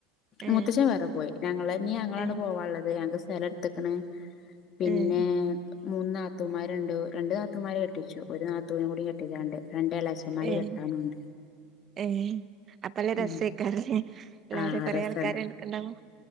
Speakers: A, on the right (about 35°); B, on the left (about 45°).
A: ഏഹ്
B: മുത്തച്ഛൻ വേറെ പോയി ഞങ്ങള് ഇനി ഞങ്ങള് തന്നെയാ
A: ഏഹ്
B: പോവാനുള്ളത് ഞങ്ങൾക്ക് സ്ഥല- ക്കണ് പിന്നെ
A: ഏഹ്
B: മൂന്ന് നാത്തൂമാരുണ്ട് രണ്ട് നാത്തൂമാരെ കെട്ടിച്ചു ഒരു നാത്തൂവിനെ കൂടി കെട്ടിക്കാന്ണ്ട് രണ്ടെള അച്ഛൻമാര്
A: ഏഹ്
B: കെട്ടാനുണ്ട്
A: ഏഹ് അപ്പല്ലേ രസായിക്കാറല്ലേ
B: ഉം
A: എല്ലാരും
B: ആഹ്
A: കൊറെ
B: രസാണ്
A: ആൾക്കാരെ എടക്കണ്ടാവും